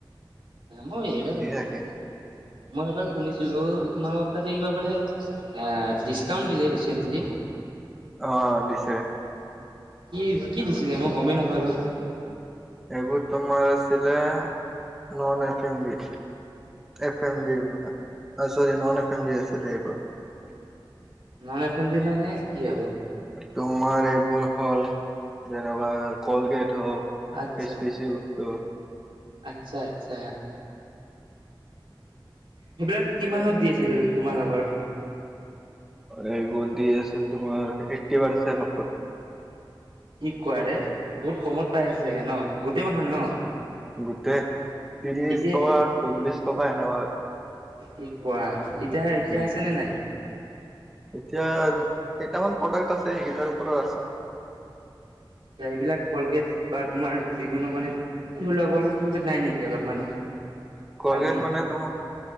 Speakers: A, on the right; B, in the centre.
A: মই এইবাৰ মই
B: থাকে আৰু
A: এইবাৰ শুনিছিলো তোমাৰ তাতে কিবা বোলে ডিছকাউণ্ট দিলে ৰিচেণ্টলি
B: অ দিছে।
A: কি কি দিছিলে মই গমেই নাপালো
B: এইবোৰ তোমাৰ আছিলে non F M B. F L চৰি নন এফ এমলি আছিলে এইবোৰ
A: নন এফে মানে কি আৰু-
B: তোমাৰ এইবোৰ হ'ল যেনেকুৱা কলগেট হওক
A: আচ্ছা।
B: S P C. ত
A: আচ্ছা আচ্ছা। সেইবিলাক কিমানত দি আছিল তোমালোকৰ।
B: এইবোৰ দি আছিল তোমাৰ এইটটি পাৰ্চেট অফাৰ।
A: কি কোৱা ৰে বহুত কমত পাই আছে চাগে ন গোটেই মাহান ন।
B: গোটেই ত্ৰিশ
A: এতিয়া
B: টকা চল্লিশ টকা এনেকুৱা।
A: কি কোৱা এতিয়া এতিয়া
B: উম।
A: আছে নে নাই।
B: এতিয়া কেইটামান প্ৰডাক্ট আছে সেইকেইটাৰ ওপৰত আছে।
A: গাড়ীবিলাক কলগেট বা তোমাৰ যিকোনো মানে ধৰি লোৱা কলগেট থলগেট নাই নেকি অলপমান।
B: কলগেট
A: দামী
B: মানে তুম